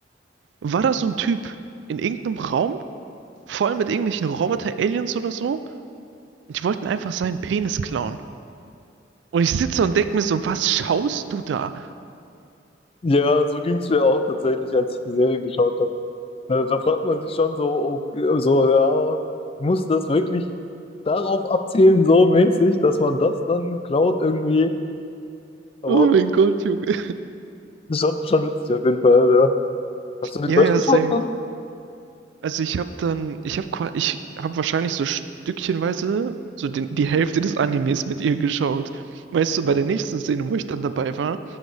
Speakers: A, on the right; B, on the left.
A: war da so ein Typ in irgendeinem Raum, voll mit irgendwelchen Roboter-Aliens oder so. Und die wollten einfach seinen Penis klauen. Und ich sitze und denke mir so, was schaust du da?
B: Ja, so ging es mir auch tatsächlich, als ich die Serie geschaut habe. Da, da fragt man sich schon so, okay, so, ja, muss das wirklich darauf abzielen, so mäßig, dass man das dann klaut irgendwie? Aber
A: Oh mein Gott, Junge.
B: schon, schon witzig auf jeden Fall, ja. Hast du den
A: Ja,
B: durchgeschaut
A: ja, same.
B: dann?
A: Also ich habe dann, ich habe ich hab wahrscheinlich so stückchenweise so den, die Hälfte des Animes mit ihr geschaut. Weißt du, bei der nächsten Szene, wo ich dann dabei war,